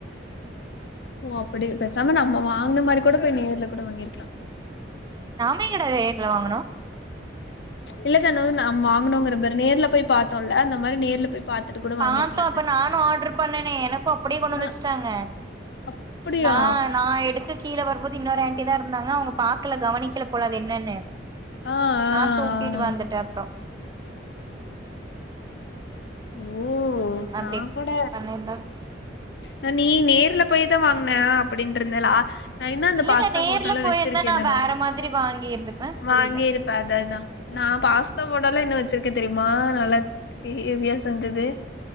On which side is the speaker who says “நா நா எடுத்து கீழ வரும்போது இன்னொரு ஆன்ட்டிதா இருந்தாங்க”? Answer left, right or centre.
Right